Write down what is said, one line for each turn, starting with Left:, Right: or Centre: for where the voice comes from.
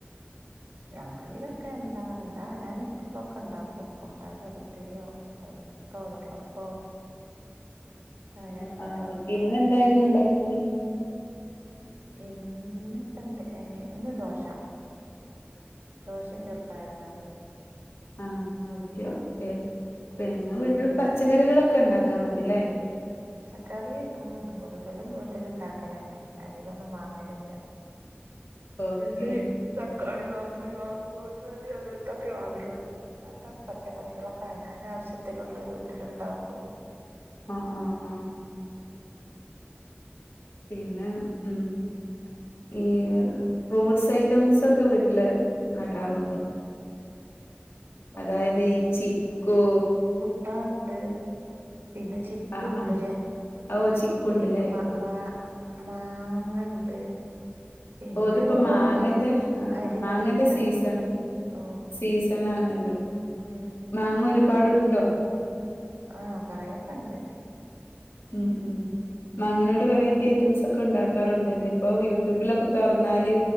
Right: രാവിലൊക്കെ എന്താ എന്താ അനാന്ഷ് ട്ടിളൊക്കെ ണ്ടാക്കും ഓട്ടാടെ പത്തിരിയോ <unintelligible> വെള്ളപ്പോ അങ്ങനെയൊക്കെ
Left: അ ആ
Right: ഓരോന്ന്
Left: ഒ
Right: ഉണ്ടാക്കും
Left: കെ ഇന്നെന്തായിരുന്നു ഉണ്ടാ പിന്നെ
Right: ഇന്ന്പ്പന്തേ ഇന്ന് ദോശ ദോശയും ചെറുപ്പയറ് കറി
Left: ആ ഓക്കെ ഓക്കെ പിന്നെ വീട്ടിൽ പച്ചക്കറികളൊക്കെ ഉണ്ടാക്കാ മതില്ലേ
Right: പച്ചക്കറി ഉം കൂടുതലും വീട്ടിലുണ്ടാക്കലന്നെ അധികം ഒന്നും വാങ്ങലില്ല
Left: ഓക്കേ
Right: ഉള്ളി തക്കാളിയോ <unintelligible> ക്കെ വാങ്ങലുള്ളൂ അതോക്കെ പച്ചക്കറികളൊക്കെ അവനാന്റെ ആവശ്യത്തിനുള്ളത് വീട്ടിലുണ്ടാക്കും
Left: ആഹ് ആഹ് ആഹ് പിന്നെ ഉം ഈ ഫ്രൂട്ട്സ് ഐറ്റംസൊക്കെ വീട്ടില് നടാറുണ്ടോ
Right: ആ,
Left: അതായത് ഈ ചിക്കൂ
Right: ട്ടാണ്ട് പിന്നെ ചിക്കുണ്ട്
Left: ആഹ് ആഹ് ഓ ചിക്കുണ്ടല്ലേ
Right: പിന്നെ മാ മാ മാങ്ങണ്ട് പിന്നെ
Left: ഓ ത്പ്പോ
Right: ഓരോരോ
Left: മാങ്ങന്റെ ആ
Right: അരിനെല്ലിക്കണ്ട്
Left: മാങ്ങന്റെ സീസൺ
Right: ഓ
Left: സീസണാണല്ലോ
Right: ഉം
Left: മാങ്ങ ഒരു പാടുണ്ടോ
Right: ആ പറയാ ആണ്ട്
Left: ഉം ഉം മാങ്ങനോട് വറൈറ്റി ഐറ്റംസ് ഒക്കെ ഉണ്ടാക്കും ക്കാറുണ്ട് ഇപ്പോ യൂട്യൂബിലൊക്കെ തുറന്നാല്